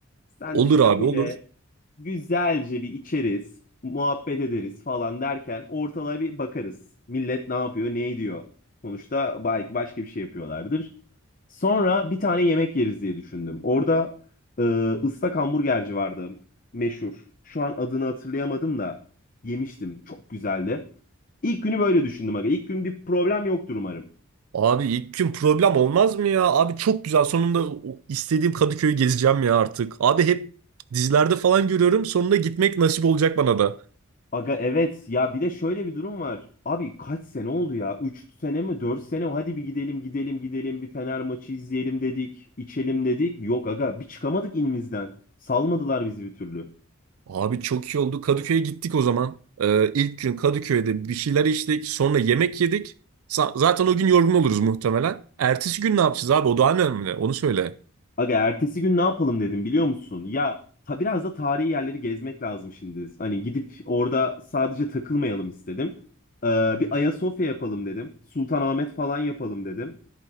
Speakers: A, on the left; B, on the right.
A: Senle
B: Olur
A: şöyle
B: abi olur.
A: güzelce bir içeriz, muhabbet ederiz falan derken ortalığa bir bakarız. Millet ne yapıyor, ne ediyor? Sonuçta belki başka bir şey yapıyorlardır. Sonra bir tane yemek yeriz diye düşündüm. Orada ee, ıslak hamburgerci vardı. Meşhur. Şu an adını hatırlayamadım da yemiştim. Çok güzeldi. İlk günü böyle düşündüm aga. İlk gün bir problem yoktur umarım.
B: Abi ilk gün problem olmaz mı ya? Abi çok güzel. Sonunda o istediğim Kadıköy'ü gezeceğim ya artık. Abi hep dizilerde falan görüyorum. Sonunda gitmek nasip olacak bana da.
A: Aga evet ya bir de şöyle bir durum var. Abi kaç sene oldu ya? 3 sene mi Dört sene mi? Hadi bir gidelim gidelim gidelim bir Fener maçı izleyelim dedik. içelim dedik. Yok aga bir çıkamadık inimizden. Salmadılar bizi bir türlü.
B: Abi çok iyi oldu. Kadıköy'e gittik o zaman. Ee, ilk gün Kadıköy'de bir şeyler içtik. Sonra yemek yedik. Sa- zaten o gün yorgun oluruz muhtemelen. Ertesi gün ne yapacağız abi? O daha önemli. Onu söyle.
A: Aga ertesi gün ne yapalım dedim biliyor musun? Ya ta, biraz da tarihi yerleri gezmek lazım şimdi. Hani gidip orada sadece takılmayalım istedim. Ee, bir Ayasofya yapalım dedim. Sultanahmet falan yapalım dedim.